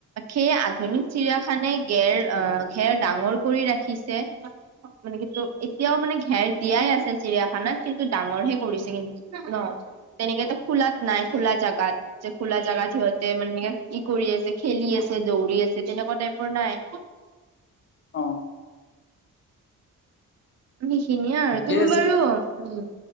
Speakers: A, on the right; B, on the left.
A: সেইয়ে আধুনিক চিৰিয়াখানে ঘেৰ আহ ঘেৰ ডাঙৰ কৰি ৰাখি উঠিছে মানে টো কিন্তু এতিয়াও মানে ঘেৰ দিয়াই আছে চিৰিয়াখানাত কিন্তু ডাঙৰ হে কৰিছে কিন্তু ন তেনেকেতো
B: অ
A: খোলাত নাই। খোলা জাগাত যে খোলা জাগাত সিহঁতে মানে কি কৰি আছে খেলি আছে। দৌৰি আছে তেনেকুৱা টাইপৰ নাই
B: অ
A: সেইখিনিয়ে আৰু
B: ঠিকে
A: তুমি
B: আছে
A: বাৰু উ